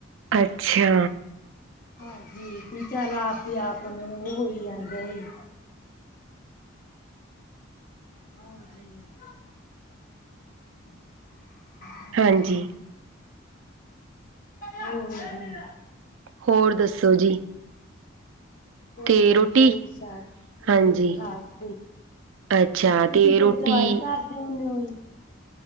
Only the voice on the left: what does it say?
ਹਾਂਜੀ ਵੀ ਚੱਲ ਆਪਦੇ ਆਪ ਨੂੰ ਉਹ ਹੋਈ ਜਾਂਦੇ ਆ ਜੀ ਹਾਂਜੀ। <unintelligible>
ਹੋਰ ਈ।
ਹੋਰ ਵਧੀਆ
ਜੀ, ਸਾਰੇ
ਠੀਕ ਠਾਕ ਜੀ।
ਤੁਸੀਂ ਫਿਰ
ਦਵਾਈ ਕਰਦੇਂ ਹੁਨੇ ਓ ਜੀ।